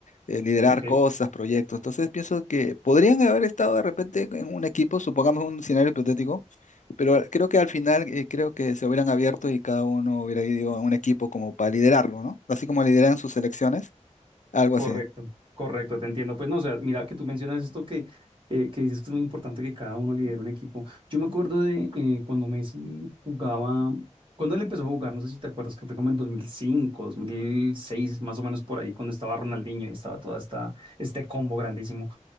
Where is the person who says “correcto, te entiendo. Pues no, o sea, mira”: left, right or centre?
Right